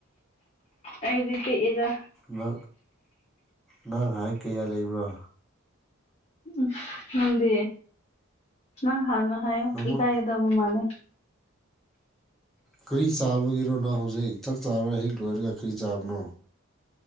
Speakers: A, on the left (about 30°); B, in the centre.
A: ꯑꯩꯗꯤ ꯄꯤ ꯏꯗ
B: ꯅ ꯅꯍꯪꯍꯥꯏ ꯀꯌꯥ ꯂꯩꯕ꯭ꯔꯥ
A: ꯎꯝ ꯅꯪꯗꯤ ꯅꯪ ꯍꯥꯟꯅ ꯍꯥꯏꯌꯣ
B: ꯅꯪꯉꯣꯟ
A: ꯏꯀꯥꯏꯒꯗꯧꯕ ꯃꯥꯜꯂꯦ
B: ꯀꯔꯤ ꯆꯥꯕꯒꯤꯔꯣ ꯅꯪ ꯍꯧꯖꯤꯛ ꯆꯥꯛ ꯆꯥꯔ ꯍꯛ ꯂꯣꯏꯔꯒ ꯀꯔꯤ ꯆꯥꯕꯅꯣ